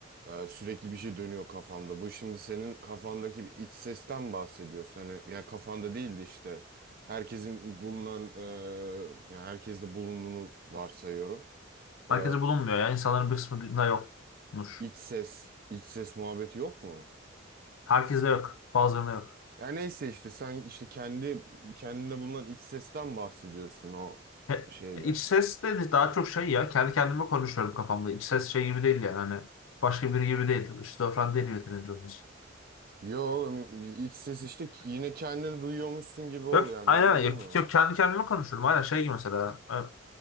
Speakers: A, on the right (about 45°); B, on the left (about 85°).
A: e, sürekli bir şey dönüyor kafamda. Bu şimdi senin kafandaki bir iç sesten bahsediyorsun. Hani ya kafanda değildi işte. Herkesin bulunan, e, ya herkeste bulunduğunu varsayıyorum. E,
B: Herkese bulunmuyor yani insanların bir kısmında yokmuş.
A: iç ses, iç ses muhabbeti yok mu?
B: Herkese yok bazılarına yok.
A: Yani neyse işte sen işte kendi kendinde bulunan iç sesten bahsediyorsun o
B: He,
A: şeyde.
B: iç ses de daha çok şey ya kendi kendime konuşuyorum kafamda. İç ses şey gibi değil yani hani başka biri gibi değil. Şizofren değil yeterince onun için.
A: Yo oğlum iç ses işte ki- yine kendini duyuyormuşsun gibi ol
B: Yok
A: yani
B: aynen
A: anladın
B: yok,
A: mı?
B: yok kendi kendime konuşuyorum aynen şey gibi mesela. Evet.